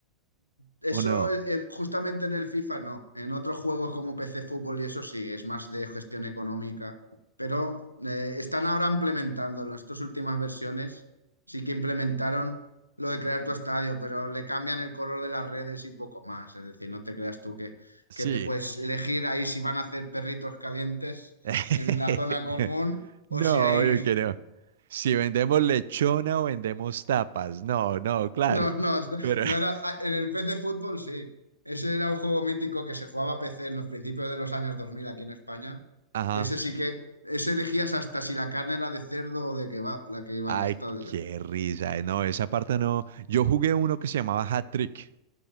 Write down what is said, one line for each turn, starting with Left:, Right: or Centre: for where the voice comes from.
Left: Eso
Right: ¿O no?
Left: eh, justamente en el FIFA no. En otros juegos como PC Fútbol y eso sí, es más de gestión económica. Pero eh, están ahora implementándolo. En estas últimas versiones sí que implementaron lo de crear tu estadio, pero le cambian el color de las redes y poco más. Es decir, no te creas tú que,
Right: Sí.
Left: que te puedes elegir ahí si van a hacer perritos calientes
Right: <laughs>
Left: en la zona común o
Right: No,
Left: si hay
Right: yo que no. Si vendemos lechona o vendemos tapas. No, no, claro.
Left: No, no,
Right: Pero,
Left: no
Right: <laughs>
Left: era. ah, En el PC Fútbol sí. Ese era un juego mítico que se jugaba a PC en los principios de los años 2000 aquí en España.
Right: ajá.
Left: Que ese sí que. Ese elegías hasta si la carne era de cerdo o de kebab, la que iba
Right: Ay,
Left: al estadio.
Right: qué risa. eh, No, esa parte no. Yo jugué uno que se llamaba Hat Trick,